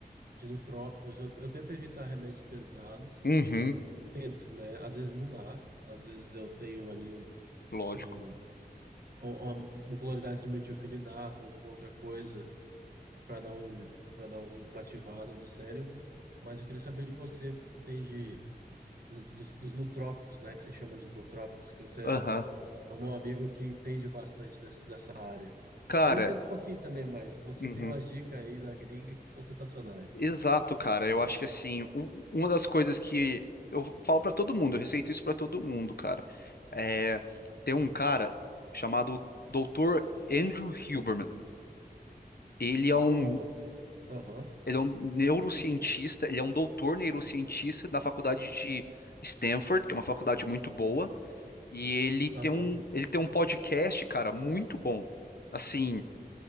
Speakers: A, on the right; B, on the left.
A: de nootrópicos. Eu, eu tento evitar remédios pesados,
B: Uhum,
A: tento, né? Às vezes não dá, às vezes eu tenho ali um
B: lógico.
A: um uma, uma polaridade de metilfenidato, alguma outra coisa para dar um para dar um- uma ativada no cérebro. Mas eu queria saber de você o que você tem de dos, dos nootrópicos, né, que você chama de nootrópicos, que você
B: Aham.
A: é é o meu amigo que entende bastante dessa, dessa área.
B: Cara,
A: Eu entendo um pouquinho também, mas você
B: uhum.
A: tem umas dicas aí da gringa que são sensacionais.
B: Exato, cara. Eu acho que assim, u- uma das coisas que eu falo pra todo mundo, eu receito isso pra todo mundo, cara. É, tem um cara chamado doutor Andrew Huberman. Ele é um,
A: Oh, aham,
B: ele é um neurocientista, ele é um doutor neurocientista da faculdade de Stanford, que é uma faculdade muito boa, e ele tem
A: aham,
B: um, ele tem um podcast, cara, muito bom. Assim,